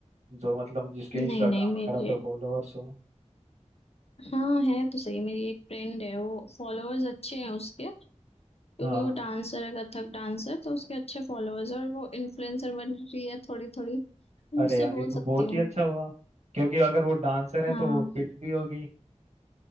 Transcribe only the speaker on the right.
जो मतलब जिसके
इंस्टाग्राम
वगैरह पे फॉलोअर्स हो
हाँ
अरे
यार
ये तो
बहुत
ही अच्छा हुआ क्योंकि अगर वो डांसर है
तो वो फिट भी होगी